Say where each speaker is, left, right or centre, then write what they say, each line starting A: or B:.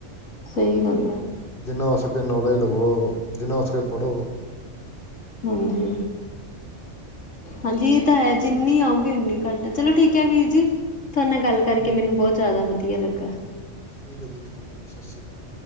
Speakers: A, on the left (about 80°); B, on the left (about 45°).
A: ਸਹੀ ਗੱਲ ਏ।
B: ਜਿੰਨਾ ਹੋ ਸਕੇ ਨੌਲੇਜ ਲਵੋ, ਜਿੰਨਾ ਹੋ ਸਕੇ ਪੜੋ।
A: ਹੁੰ-ਹੁੰ। ਹੰਜੀ, ਏ ਤਾਂ ਹੈ ਜਿੰਨੀ ਆਉਗੀ ਓਨੀ ਕੱਟ ਚਲੋ, ਠੀਕੈ ਵੀਰ ਜੀ। ਤੁਆਨੁ ਗੱਲ ਕਰਕੇ
B: ਹਾਂਜੀ
A: ਮੈਨੂੰ ਬੋਤ ਜਾਦਾ ਵਧੀਆ ਲੱਗਾ।
B: ਠੀਕੈ ਜੀ, ਠੀਕੈ ਜੀ ਸਤਿ ਸ਼੍ਰੀ ਅਕਾਲ।